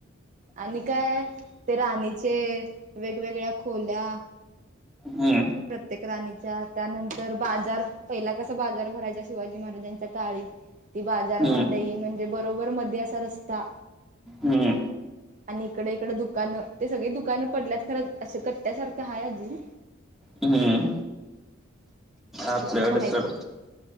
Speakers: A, on the right; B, in the centre.
A: आणि काय ते राणीचे वेगवेगळ्या खोल्या.
B: ह...
A: प्रत्येक राणीच्या, त्यानंतर बाजार पहिला कसं बाजार भरायचा शिवाजी महाराजां- च्या काळी ती बाजार
B: हम्म
A: मंडई म्हणजे बरोबर मधी अस त रस्ता
B: हम्म
A: आणि हिकडं- हिकडं दुकानं ते सगळी दुकानं पडल्यात खरं असं कट्ट्यासारखं आहे अजून.
B: हं.. आपल्याकडे
A: तिथलं माहिती
B: चढ